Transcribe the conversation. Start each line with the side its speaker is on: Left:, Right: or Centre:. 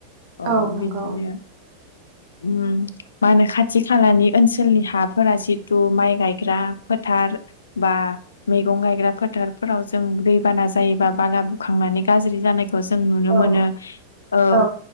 Left: अ
Right: औ नंगौ
Left: बिदिनो ओम मा होनो खाथि खालानि ओनसोलनि हाफोरा जितु माइ गायग्राफोर फोथार बा मैगं गायग्रा फोथारफोराव जों दैबाना जायोबा बाला बुखांनानै गाज्रि जानाय खौ जों नुनो
Right: औ
Left: मोनो ओ
Right: औ